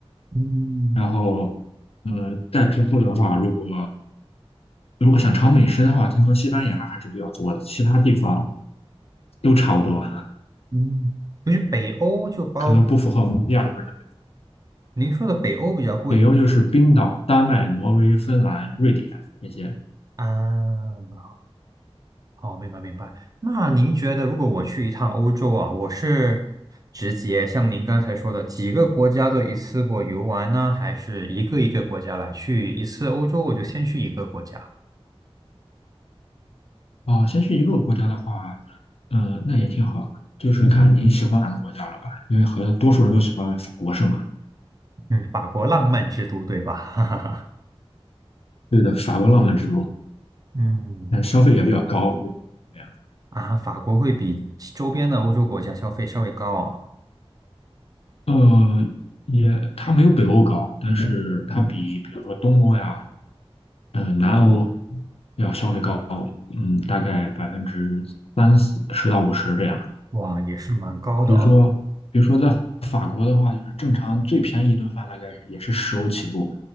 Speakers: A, on the right (about 35°); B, on the left (about 70°).
A: 嗯
B: 然后呃再之后的话，如果如果想尝美食的话，听说西班牙还是比较多的，其他地方都差不多，
A: 嗯，就是北欧就包，
B: 可能不符合我们亚洲人的。
A: 您说的北欧比较贵
B: 北欧就是冰岛、丹麦、挪威、芬兰、瑞典这些。
A: 啊。哦，明白明白。那您觉得，如果我去一趟欧洲啊，我是直接像您刚才说的几个国家都一次过游玩呢，还是一个一个国家来去一次欧洲，我就先去一个国家？
B: 哦，先去一个国家的话，呃，那也挺好，就是看你喜欢哪个国家了吧，因为好像多数人都喜欢法国是吗？
A: 嗯，法国浪漫之都，对吧？<laughs>
B: 对的，法国浪漫之都，
A: 嗯，
B: 但消费也比较高，怎这样。
A: 啊，法国会比其周边的欧洲国家消费稍微高啊，
B: 呃，也它没有北欧高，但是它比比如说东欧呀，呃，南欧要消费高，嗯，大概百分之三四十到五十这样。
A: 哇，也是蛮高的啊。
B: 比如说，比如说在法国的话，就是正常最便宜一顿饭大概也是十欧起步，